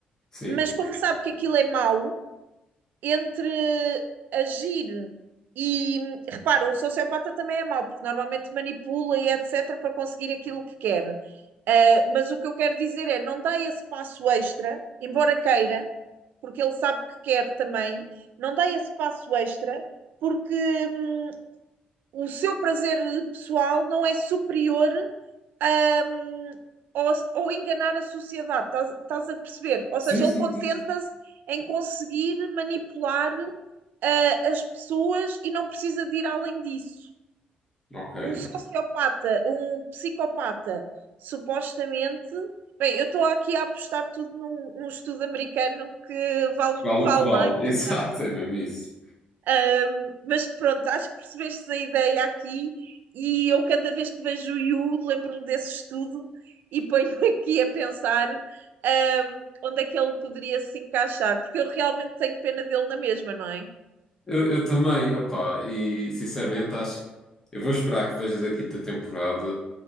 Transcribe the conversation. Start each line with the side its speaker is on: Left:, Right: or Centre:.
Left: Sim.
Right: mas como sabe que aquilo é mau, entre agir e, repara, um sociopata também é mau, porque normalmente manipula e etc. para conseguir aquilo que quer. Uh, mas o que eu quero dizer é, não dá esse passo extra, embora queira, porque ele sabe que quer também, não dá esse passo extra, porque hum, o seu prazer pessoal não é superior hum, ao, ao enganar a sociedade, estás, estás a perceber? Ou
Left: Sim,
Right: seja,
Left: sim,
Right: ele contenta-se
Left: sim.
Right: em conseguir manipular ah, as pessoas e não precisa de ir além disso.
Left: Ok.
Right: Um sociopata, um psicopata, supostamente. Bem, eu estou aqui a apostar tudo num, num estudo americano que vale o
Left: Vale
Right: que vale,
Left: o que vale.
Right: não é? Atenção.
Left: <laughs> Exato, é mesmo isso.
Right: Um, mas pronto, acho que percebeste a ideia aqui e eu cada vez que vejo o Yu lembro-me desse estudo e ponho-me <laughs> aqui a pensar um, onde é que ele poderia se encaixar, porque eu realmente tenho pena dele na mesma, não é?
Left: Eu, eu também, opá, e sinceramente acho que eu vou esperar que vejas a quinta temporada